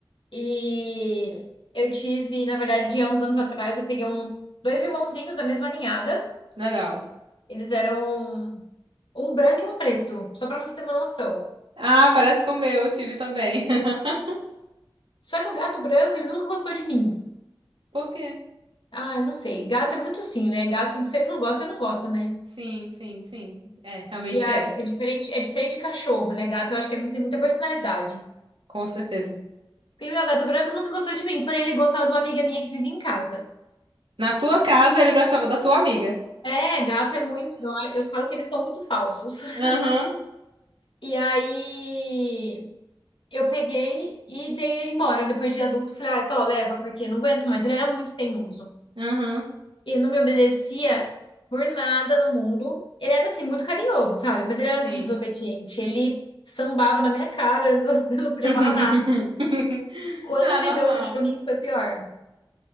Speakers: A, on the left; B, on the right.
A: E eu tive, na verdade, há uns anos atrás, eu peguei um, dois irmãozinhos da mesma ninhada.
B: legal.
A: Eles eram um branco e um preto, só pra você ter uma noção.
B: Ah, parece com o meu, eu tive também. <laughs>
A: Só que o gato branco, ele nunca gostou de mim.
B: Por quê?
A: Ah, eu não sei. Gato é muito assim, né? Gato, se ele não gosta, ele não gosta, né?
B: Sim, sim, sim. É, realmente
A: E aí,
B: é.
A: é diferente, é diferente de cachorro, né? Gato, eu acho que é muito- tem muita personalidade.
B: Com certeza.
A: Porque meu gato branco nunca gostou de mim, porém ele gostava de uma amiga minha que vive em casa.
B: Na tua casa, ele gostava da tua amiga.
A: É, gato é muito. Eu, eu falo que eles são muito falsos. <laughs>
B: Aham,
A: E aí eu peguei e dei ele embora depois de adulto. Falei, ah, tô, leva, porque não aguento mais. Ele era muito teimoso.
B: aham.
A: Ele não me obedecia por nada no mundo. Ele era assim, muito carinhoso, sabe? Mas ele era
B: Sim.
A: muito desobediente. Ele sambava na minha cara, <laughs> eu não eu não podia
B: <laughs>
A: falar nada. Quando
B: Ah,
A: eu peguei
B: normal.
A: o cachorrinho, foi pior.